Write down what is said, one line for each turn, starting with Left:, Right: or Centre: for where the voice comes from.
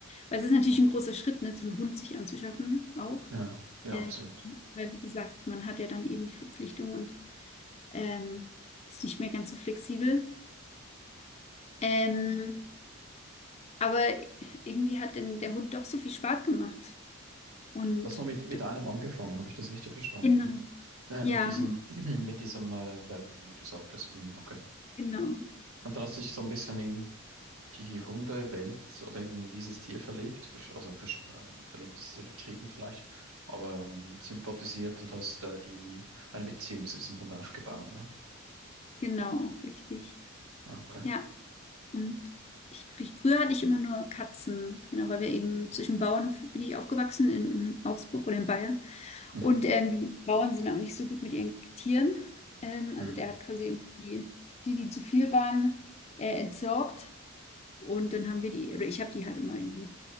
Left: Weil es ist natürlich
Right: Oh.
Left: ein großer Schritt, ne, so einen Hund sich anzuschaffen auch.
Right: Ja, ja,
Left: Ähm,
Right: absolut.
Left: weil, wie gesagt, man hat ja dann eben die Verpflichtung und ähm, ist nicht mehr ganz so flexibel. Ähm, aber irgendwie hat denn der Hund doch so viel Spaß gemacht. Und
Right: Das mal mit, mit
Left: d-
Right: einem angefangen, habe ich das richtig verstanden?
Left: genau.
Right: Ne? Äh,
Left: Ja,
Right: mit diesem, <clears throat> mit diesem äh, Welpen, wie du sagtest. Mm, okay.
Left: genau,
Right: Und dann hast du dich so ein bisschen in, die Hundewelt oder eben in dieses Tier verliebt, versch- also versch- äh, verliebt ist übertrieben vielleicht, aber ähm, sympathisiert und hast da die, eine Beziehung zu diesem Hund aufgebaut, ne?
Left: genau, richtig.
Right: Ah, Okay.
Left: Ja. Und ich, ich, früher hatte ich immer nur Katzen, genau, weil wir eben zwischen Bauernhof bin ich aufgewachsen, in, in Augsburg oder in Bayern.
Right: Mhm.
Left: Und ähm, die Bauern sind auch nicht so gut mit ihren Tieren. Ähm,
Right: Mhm.
Left: also der hat quasi irgendwie die, die, die zu viel waren, äh, entsorgt. Und dann haben wir die, oder ich habe die halt immer irgendwie